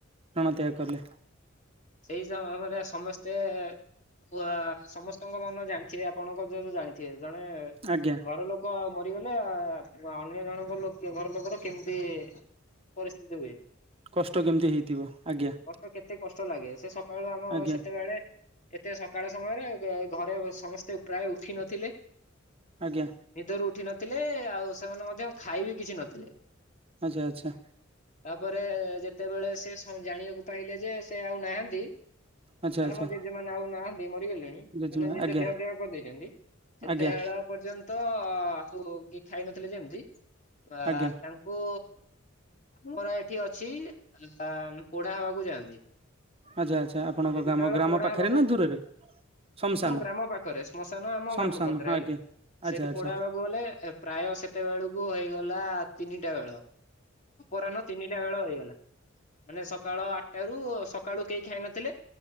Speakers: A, on the right; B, on the left.
A: ପ୍ରାଣତ୍ୟାଗ କଲେ।
B: ସେହି ସମୟରେ ସମସ୍ତେ ପୁ ଆ ସମସ୍ତଙ୍କ ମନ ଜାଣିଥିବେ ଆପଣଙ୍କ ତ ଜାଣିଥିବେ ଜଣେ
A: ଆଜ୍ଞା।
B: ଘର ଲୋକ ମରିଗଲେ ଅନ୍ୟ ଜଣଙ୍କ ଲୋକ ଘର ଲୋକର କେମତି ପରିସ୍ଥିତି ହୁଏ।
A: କଷ୍ଟ କେମିତି ହେଇଥିବ ଆଜ୍ଞା।
B: କଷ୍ଟ କେତେ କଷ୍ଟ ଲାଗେ ସେ ସକାଳୁ ଆମ
A: ଆଜ୍ଞା
B: ସେତେବେଳେ ଏତେ ସକାଳ ସମୟରେ ଘରେ ସମସ୍ତେ ପ୍ରାୟ ଉଠିନଥିଲେ।
A: ଆଜ୍ଞା।
B: ନିଦରୁ ଉଠି ନଥିଲେ ଆଉ ସେମାନେ ମଧ୍ୟ ଖାଇ ବିି କିଛି ନଥିଲେ।
A: ଆଚ୍ଛା ଆଚ୍ଛା।
B: ତାପରେ ଯେତେବେଳେ ସେ ସ ଜାଣିଆକୁ ପାଇଲେ ଯେ ସେ ଆଉ ନାହାଁନ୍ତି
A: ଆଚ୍ଛା
B: ମାନେ
A: ଆଚ୍ଛା
B: ମୋ ଜେଜେ ମାନେ ଆଉ ନାହାଁନ୍ତି ମରିଗଲେଣି
A: ଜେଜେମା
B: ମାନେ ଜେଜେ
A: ଆଜ୍ଞା
B: ଦେହ ତ୍ୟାଗ କରିଦେଇଛନ୍ତି ସେତେବେଳ
A: ଆଜ୍ଞା
B: ପର୍ଯ୍ୟନ୍ତ ଆଉ କିଏ ଖାଇ ନଥିଲେ ଯେମତି ଆ
A: ଆଜ୍ଞା
B: ତା ଓ ଆମର ଏଠି ଅଛି ପୋଡା ହବାକୁ ଯାଆନ୍ତି।
A: ଆଚ୍ଛା ଆଚ୍ଛା ଆପଣଙ୍କ
B: ସେ ଯେତେବେଳେ
A: ଗ୍ରାମ ଗ୍ରାମ
B: ପୋଢା
A: ପାଖେରେ
B: ହବାକୁ
A: ନା ଦୂରରେ? ଶମଶାନ
B: ଆମ ଗ୍ରାମ ପାଖରେ ଶ୍ମଶାନ ଆମ
A: ଶମଶାନ
B: ଗ୍ରାମ ପାଖରେ
A: ହଁ
B: ହେଲା।
A: ଆଜ୍ଞା
B: ସେଠି
A: ଆଚ୍ଛା ଆଚ୍ଛା
B: ପୋଡା ହବାକୁ ଗଲେ ପ୍ରାୟ ସେତେବେକୁ ହେଇଗଲା ତିନିଟା ବେଳ। ଅପରାହ୍ନ ତିନିଟା ବେଳ ହେଇଗଲା। ମାନେ ସକାଳ ଆଠଟାରୁ ସକାଳୁ କେହି ଖାଇ ନଥିଲେ